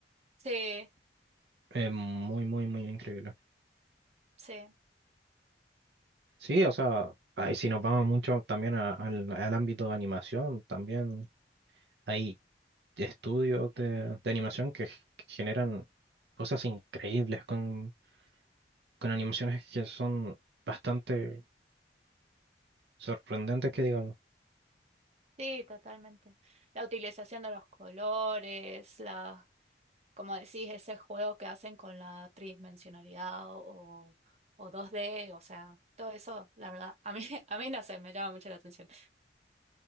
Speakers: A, on the right (about 40°); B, on the right (about 70°).
A: Sí,
B: es muy, muy, muy increíble.
A: sí,
B: Sí, o sea, ahí si nos vamos mucho también a- al, al ámbito de animación, también hay estudios de, de animación que g- generan cosas increíbles con, con animaciones que son bastante sorprendentes, que digamos.
A: sí, totalmente. La utilización de los colores, las como decís, ese juego que hacen con la tridimensionalidad o, o dos d o sea, todo eso, la verdad, a mí, <laughs> a mí no sé, me llama mucho la atención,